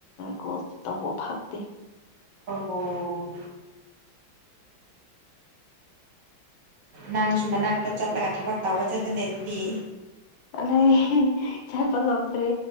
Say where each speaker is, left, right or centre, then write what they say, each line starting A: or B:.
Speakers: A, on the left; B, on the right.
A: ꯀꯣ ꯇꯧ ꯕꯨ ꯐꯒꯗꯦ
B: ꯑꯣ ꯅꯪꯅꯁꯨ ꯃꯅꯥꯛꯇ ꯆꯠꯂꯒ ꯊꯕꯛ ꯇꯧꯕꯒ ꯆꯠꯂꯅꯦ ꯑꯗꯨꯗꯤ
A: ꯑꯂ ꯆꯠꯄ ꯉꯝꯗ꯭ꯔꯦ